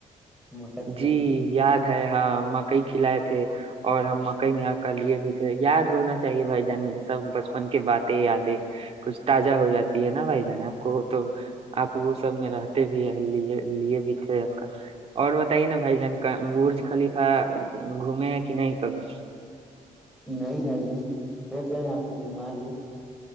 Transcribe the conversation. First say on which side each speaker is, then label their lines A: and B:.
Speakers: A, in the centre; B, on the right (about 45°).
A: مکا کھیانے
B: جی یاد ہے ہاں مکئی کھلائے تھے اور ہم مکئی میں آ کا لیے بھی تھے یاد ہونا چاہیے بھائی جان یہ سب بچپن کے باتیں یادیں کچھ تازہ ہو جاتی ہے نا بھائی جان آپ کو تو آپ وہ سب میں رہتے بھی ہے لی لیے بھی تھے آ کا اور بتائیے نا بھائی جان کا بج خالف گھومے ہیں کہ نہیں کبھی
A: نہیں بھائی جان سوچ رہے ہیں آپ کو گھما دیں